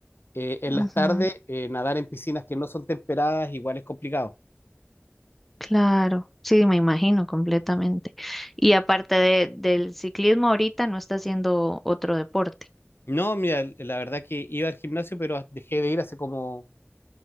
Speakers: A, on the left; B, in the centre.
A: eh, en
B: ujú.
A: las tardes eh, nadar en piscinas que no son temperadas igual es complicado.
B: Claro, sí, me imagino completamente. Y aparte de, del ciclismo, ahorita no está haciendo otro deporte.
A: No, mira, la verdad que iba al gimnasio, pero dejé de ir hace como